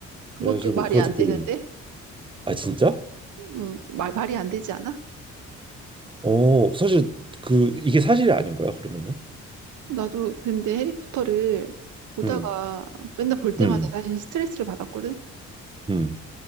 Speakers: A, on the right (about 75°); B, on the right (about 15°).
A: 그것도
B: 그래가지고
A: 말이
B: 그거
A: 안
B: 듣고
A: 되는데?
B: 아 진짜?
A: 음, 말, 말이 안 되지 않아?
B: 어 사실 그 이게 사실이 아닌 거야 그러면은?
A: 나도 근데 해리포터를 보다가
B: 음,
A: 맨날 볼 때마다
B: 음,
A: 사실 스트레스를 받았거든?
B: 음,